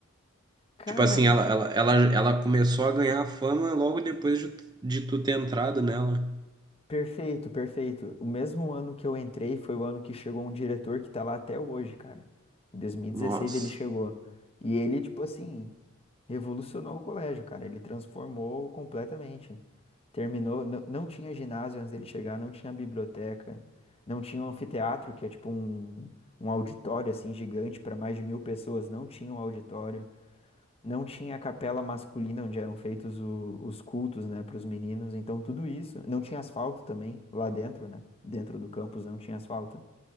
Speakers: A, on the left; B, on the right.
A: Cara,
B: Tipo assim, ela, ela, ela, ela começou a ganhar fama logo depois de, de tu ter entrado nela.
A: Perfeito, perfeito. O mesmo ano que eu entrei foi o ano que chegou um diretor que tá lá até hoje, cara. Em dois mil e
B: Nossa.
A: dezesseis ele chegou. E ele, tipo assim, revolucionou o colégio, cara. Ele transformou completamente. Terminou, n- não tinha ginásio antes dele chegar, não tinha biblioteca, não tinha um anfiteatro, que é tipo um, um auditório, assim, gigante para mais de mil pessoas. Não tinha um auditório não tinha a capela masculina onde eram feitos o- os cultos, né, para os meninos. Então tudo isso, não tinha asfalto também lá dentro, né? Dentro do campus não tinha asfalto.